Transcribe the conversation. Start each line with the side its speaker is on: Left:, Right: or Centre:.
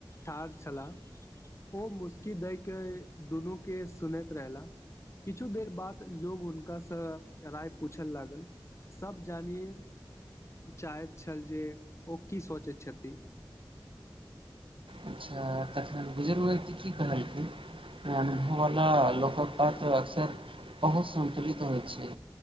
Left: ठाढ़ छलाह ओ मुस्की दय के दुनू के सुनैत रहला किछु देर बाद लोग हुनकासँ राय पूछय लागल सभ जानिय चाहैत छल ओ की सोचै छथि
Right: अच्छा तखन बुजुर्ग त की कहलखिन ओना लोकक पात्र अक्सर बहुत सतुलित होइत छै